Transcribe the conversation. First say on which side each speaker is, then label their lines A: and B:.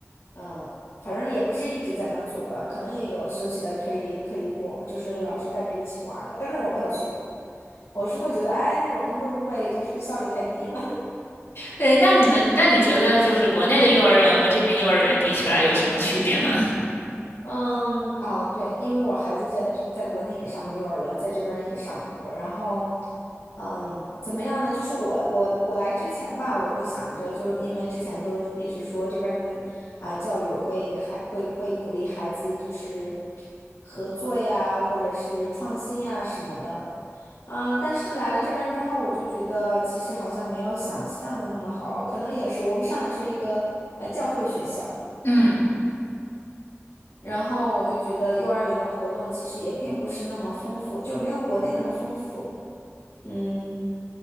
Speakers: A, on the left; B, on the left.
A: 嗯，反正也不是一直在那做了，可能也有休息的，可以可以我就是老师带着一起玩儿的，但是我没有去过，我是会觉得哎那种的会不会就是效率太低了？
B: 对，那你们，那你觉得就是国内的幼儿园和这边幼儿园比起来有什么区别吗？
A: 嗯，哦，对，因为我孩子在这在国内也上过幼儿园，在这边也上过。然后，嗯，怎么样呢？就是我我我来之前吧，我会想着，就是因为之前都一直说这边的啊、教育会还会会鼓励孩子就是合作呀，或者是创新呀什么的。啊、但是来了这边之后，我就觉得其实好像没有想象的那么好，可能也是我们上的是一个呃教会学校。
B: 嗯，
A: 然后我就觉得幼儿园的活动其实也并不是那么丰富，就没有国内那么丰富。嗯，